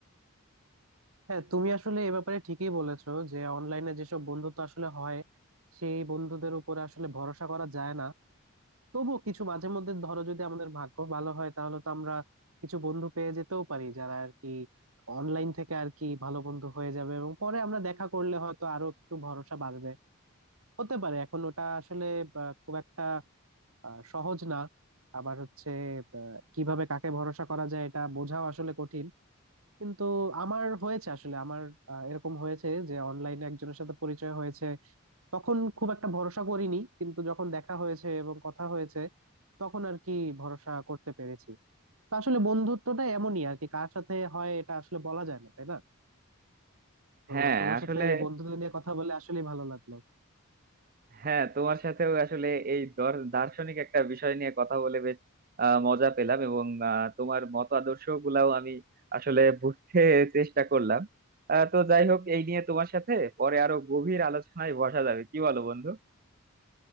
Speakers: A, on the right; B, on the right.
A: হ্যাঁ তুমি আসলে এ ব্যাপারে ঠিকই বলেছো যে অনলাইনে যেসব বন্ধুত্ব আসলে হয় সেই বন্ধুদের উপরে আসলে ভরসা করা যায় না তবুও কিছু মাঝে মধ্যে ধরো যদি আমাদের ভাগ্য ভালো হয় তাহলে তো আমরা কিছু বন্ধু পেয়ে যেতেও পারি যারা আর কি অনলাইন থেকে আর কি ভালো বন্ধু হয়ে যাবে এবং পরে আমরা দেখা করলে হয়তো আরো একটু ভরসা বাড়বে হতে পারে এখন ওটা আসলে আহ, খুব একটা আহ, সহজ না আবার হচ্ছে আহ, কিভাবে কাকে ভরসা করা যায় এটা বোঝাও আসলে কঠিন কিন্তু আমার হয়েছে আসলে আমার আহ, এরকম হয়েছে যে অনলাইনে একজনের সাথে পরিচয় হয়েছে তখন খুব একটা ভরসা করিনি কিন্তু যখন দেখা হয়েছে এবং কথা হয়েছে তখন আর কি ভরসা করতে পেরেছি তো আসলে বন্ধুত্বটা এমনই আর কি কার সাথে হয় এটা আসলে বলা যায় না তাই না তো
B: হ্যাঁ
A: তোমার
B: আসলে
A: সাথে বন্ধুত্ব নিয়ে কথা বলে আসলেই ভালো লাগলো
B: হ্যাঁ তোমার সাথেও আসলে এই দর- দার্শনিক একটা বিষয় নিয়ে কথা বলে বেশ আহ, মজা পেলাম এবং আহ, তোমার মত আদর্শ গুলাও আমি আসলে বুঝতে চেষ্টা করলাম আহ, তো যাই হোক এই নিয়ে তোমার সাথে পরে আরো গভীর আলোচনায় বসা যাবে কি বলো বন্ধু